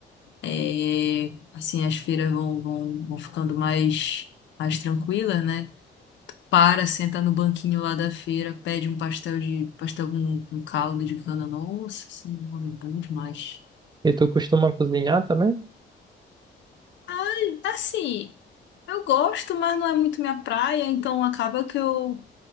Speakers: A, on the left (about 65°); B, on the right (about 20°).
A: é, assim, as feiras vão, vão, vão ficando mais, mais tranquilas, né? para, senta no banquinho lá da feira, pede um pastel de pastel com, com caldo de cana. Nossa senhora, é bom demais.
B: e tu costuma cozinhar também?
A: Ai, assim, eu gosto, mas não é muito minha praia, então acaba que eu